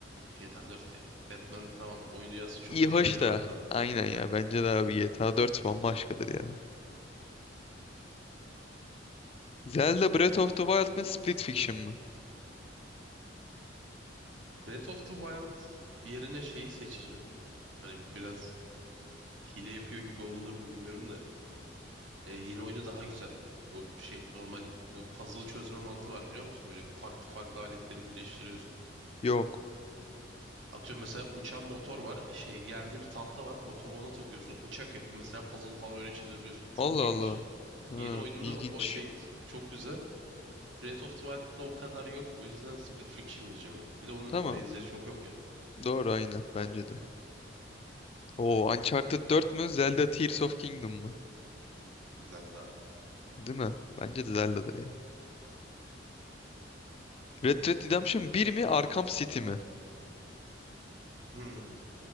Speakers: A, on the right (about 75°); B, on the left (about 30°).
A: GTA 4 ya. Batman tamam oyun dünyasının çok
B: İyi
A: özellikleri
B: hoş da
A: var da.
B: aynen ya
A: Aynen.
B: bence de abi GTA 4 bambaşkadır ya. Zelda Breath of the Wild mı Split Fiction mı?
A: Breath of the Wild yerine şeyi seçeceğim. Hani biraz hile yapıyor gibi olunur mu bilmiyorum da. Ee, yeni oyunu daha güzel. Bu şey normal bu puzzle çözme mantığı var biliyor musun? Böyle farklı farklı aletleri birleştiriyorsun.
B: Yok.
A: Atıyorum mesela uçan motor var. Şey yerde bir tahta var. Motoru ona takıyorsun. Uçak yapıp mesela puzzle falan öyle çözebiliyorsun. Çok
B: Allah
A: geniş.
B: Allah. Ha,
A: Yeni oyununda
B: ilginç.
A: o şey çok güzel. Breath of the Wild'da o kadar yok. O yüzden Split Fiction diyeceğim ya. Bir de onun
B: Tamam.
A: benzeri çok yok ya.
B: Doğru aynı bence de. Oo Uncharted dört mü Zelda Tears of Kingdom mı?
A: Zelda abi.
B: Değil mi? Bence de Zelda'dır ya. Red Dead Redemption bir mi Arkham City mi?
A: Hmm.